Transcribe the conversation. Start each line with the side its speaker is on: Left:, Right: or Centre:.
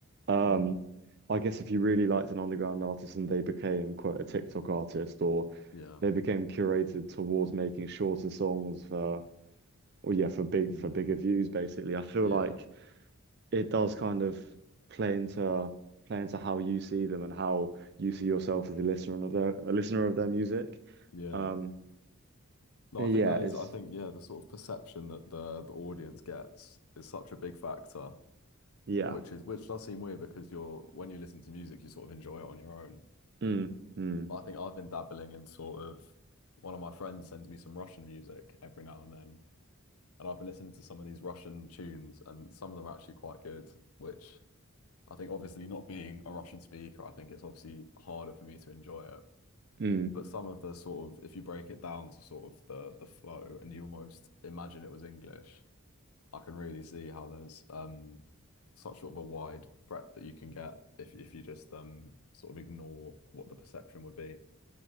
Right: Um,
Left: mm,
Right: I guess if you really liked an underground artist and they became quote a TikTok artist or
Left: yeah.
Right: they became curated towards making shorter songs for or yeah, for big
Left: Mm.
Right: for bigger views basically. I feel
Left: Yeah,
Right: like it does kind of play into play into how you see them and how you see yourself as a listener of their a listener of their music.
Left: yeah.
Right: Um,
Left: No,
Right: yeah,
Left: I think that is,
Right: it's
Left: I think, yeah, the sort of perception that the the audience gets is such a big factor,
Right: yeah.
Left: which is which does seem weird because you're when you listen to music, you sort of enjoy it on your own.
Right: Mm, mm,
Left: I think I've been dabbling in sort of one of my friends sends me some Russian music every now and then, and I've been listening to some of these Russian tunes, and some of them are actually quite good, which I think obviously not being a Russian speaker, I think it's obviously harder for me to enjoy it.
Right: mm.
Left: but some of the sort of if you break it down to sort of the the flow and you almost imagine it was English, I can really see how there's um such sort of a wide breadth that you can get if if you just um sort of ignore what the perception would be.